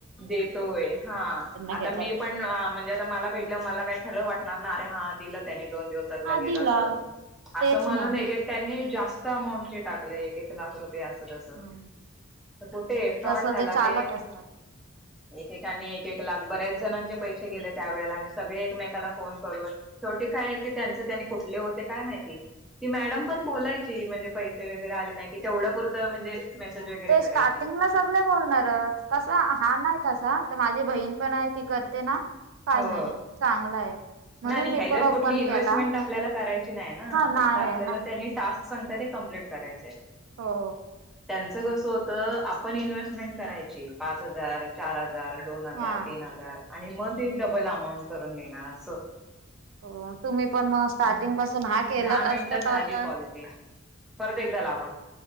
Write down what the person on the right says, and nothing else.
घेतात
हा
दिला
तेच
ना
हा
तसं
चालक
असतात
ते
स्टार्टिंगला सगले बोलणारच. कास हा नाही तसा तर माझी बहीण पण आहे ती करते ना. काही
नाही चांगलं आहे. म्हणून
मी
पण ओपन
केला
हा नाही
आहे ना
हो.
हा
हो तुम्ही पण मग स्टार्टिंग
पासून हा केलाच
असता
तर आता